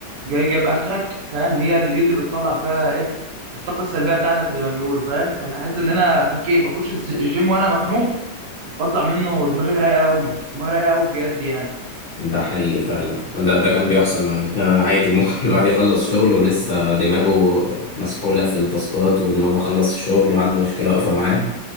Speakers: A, on the right; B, on the left.
A: جاي جايب اخرك فاهم هي اللي دي اللي بتطلع فيها ايه الطاقه السلبيه بتاعتك زي ما بيقولوا فاهم فبحس ان انا فكيت بخش الز- الجيم وانا مخنوق بطلع منه دماغي رايقه قوي دماغي رايقه قوي بجد يعني
B: ده حقيقي فعلا ده ده كان بيحصل معي <laughs> آه، عادي ممكن <laughs> الواحد يخلص شغل ولسه دماغه مسحولة في التاسكات وإن هو خلص الشغل وعنده مشكلة واقفة معاه